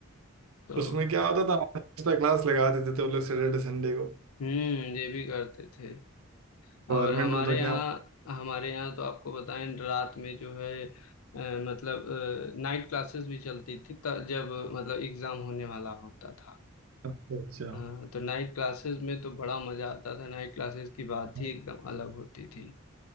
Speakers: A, on the left; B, on the right.
A: तो
B: उसमें क्या होता था एक्स्ट्रा क्लास लगा देते थे वो लोग सैटरडे संडे को
A: हम्म ये भी करते थे
B: गवर्नमेंट
A: और हमारे
B: में तो
A: यहाँ
B: क्या
A: हमारे यहाँ तो आपको बताएं रात में जो है अ, मतलब नाइट क्लासेस भी चलती थी त- जब मतलब एग्जाम होने वाला होता था
B: अच्छा अच्छा
A: हाँ तो नाइट क्लासेस में तो बड़ा मजा आता था नाइट क्लासेस की बात
B: माइट
A: ही एकदम अलग होती थी